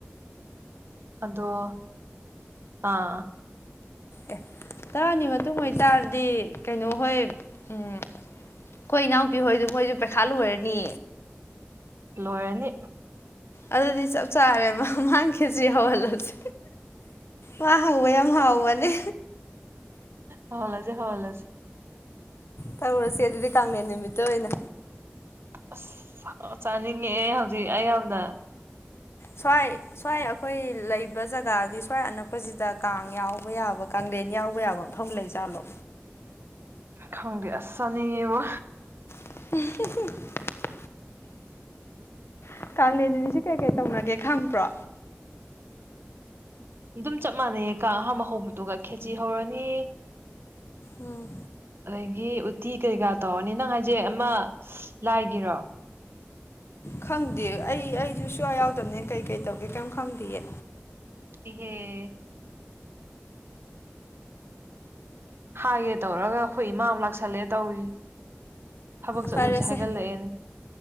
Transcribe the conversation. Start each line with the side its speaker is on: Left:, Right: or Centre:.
Right: ꯑꯗꯣ ꯑꯥ
Left: ꯑꯦ ꯇꯔꯥꯅꯤ ꯃꯇꯨꯡ ꯑꯣꯏꯇꯥꯔꯗꯤ ꯀꯩꯅꯣ ꯍꯣꯏ ꯎꯝ ꯑꯩꯈꯣꯏ ꯏꯅꯥꯎꯄꯤ ꯍꯣꯏꯗꯣ ꯃꯣꯏꯁꯨ ꯄ꯭ꯔꯤꯈꯌꯥ ꯂꯣꯏꯔꯅꯤ
Right: ꯂꯣꯏꯔꯅꯤ
Left: ꯑꯗꯨꯗꯤ ꯆꯞ ꯆꯥꯔꯦꯕ ꯃꯥ ꯈꯦꯆ꯭ꯔꯤ ꯍꯧꯍꯜꯂꯁꯦ ꯋꯥ ꯍꯥꯎꯋ ꯌꯥꯝ ꯍꯥꯎꯕꯅꯦ
Right: ꯍꯥꯎꯍꯜꯂꯁꯦ ꯍꯥꯎꯍꯜꯂꯁꯦ
Left: ꯇꯧꯔꯁꯦ ꯑꯗꯨꯗꯤ ꯀꯥꯡꯂꯦꯟ ꯅꯨꯃꯤꯠꯇ ꯑꯣꯏꯅ
Right: ꯑꯁ ꯆꯥꯅꯤꯡꯉꯛꯑꯦ ꯍꯧꯖꯤꯛ ꯑꯩ ꯌꯥꯝꯅ
Left: ꯁꯋꯥꯏ ꯁꯋꯥꯏ ꯑꯩꯈꯣꯏ ꯂꯩꯕ ꯖꯒꯥꯗꯤ ꯁꯋꯥꯏ ꯑꯅꯛꯄꯁꯤꯗ ꯀꯥꯡ ꯌꯥꯎꯕ ꯌꯥꯕ ꯀꯥꯡꯂꯦꯟ ꯌꯥꯎꯕ ꯌꯥꯕ ꯃꯐꯝ ꯂꯩꯖꯥꯠꯂꯣ
Right: ꯈꯪꯗꯦ ꯑꯁ ꯆꯥꯅꯤꯡꯉꯦꯕꯣ
Left: <unintelligible> <inaudible> ꯎ ꯀꯥꯡꯂꯦꯟ ꯅꯨꯃꯤꯠꯁꯤ ꯀꯩꯀꯩ ꯇꯧꯅꯒꯦ ꯈꯪꯕ꯭ꯔꯣ
Right: ꯑꯗꯨꯝ ꯆꯞ ꯃꯥꯟꯅꯩꯌꯦ ꯀꯥꯡ ꯑꯍꯥꯝꯕ ꯍꯧꯕꯗꯨꯒ ꯈꯦꯆꯤ ꯍꯧꯔꯅꯤ
Left: ꯎꯝ
Right: ꯑꯗꯒꯤ ꯎꯠꯇꯤ ꯀꯩꯀꯥ ꯇꯧꯔꯅꯤ ꯅꯪ ꯍꯥꯏꯁꯦ ꯑꯃ ꯂꯥꯏꯒꯤꯔꯣ
Left: ꯈꯪꯗꯦ ꯑꯩ ꯑꯩꯁꯨ ꯁꯨꯡꯋꯥꯎ ꯌꯥꯎꯗꯕꯅꯤꯅ ꯀꯩ ꯀꯩ ꯇꯧꯒꯦ ꯀꯩꯝ ꯈꯪꯗꯦꯌꯦ
Right: ꯏꯍꯦ ꯍꯥꯏꯒꯦ ꯇꯧꯔꯒ ꯑꯩꯈꯣꯏ ꯏꯃꯥ ꯑꯃꯨꯛ ꯂꯥꯛꯁꯜꯂꯛꯑꯦ ꯇꯧꯔꯤꯁꯦ ꯊꯕꯛ ꯆꯠꯂꯨꯁꯦ
Left: ꯐꯔꯦꯁꯦ
Right: ꯍꯥꯏꯒꯠꯂꯛꯑꯦꯅꯦ